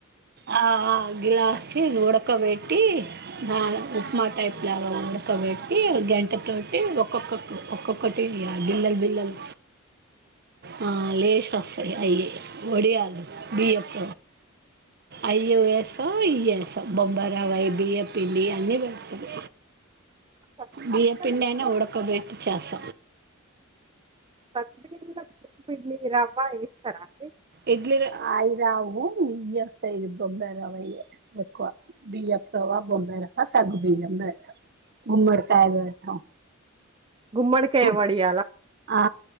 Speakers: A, on the right (about 50°); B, on the right (about 25°).
A: ఆ ఆ గిలాసు రోడ ఉడక్కబెట్టి నా ఉప్మా టైప్లావ ఉడకబెట్టి గంటే తోటి ఒక్కొక్క ఒక్కొక్కటి బిల్లలు బిల్లలు ఆ లేషస్తయ్ అయి వడియాదు బి అప్ప అయ్యో ఎస్ ఇయస్ బొంబాయి రవ్వ బియ్య పిండి అన్నీ పెడతారు.
B: సగ్గుబియ్యం
A: బియపిండిఐనా
B: కంటే అసలు
A: ఉడకబెట్టి చేస
B: పప్పిడిన పిడ్లి రవ్వ ఇస్తారా అండి
A: ఇడ్లిరు అయి రావు ఇది వస్తాయ్ బొంబై రావయ్య ఎక్కువ బియ్యపు రవ్వా బొంబయి రవ్వ సగ్గు బియ్యంతా గుమ్మడికాయ వతాం
B: గుమ్మడికాయ
A: గుబ్
B: వడియాలా?
A: ఆ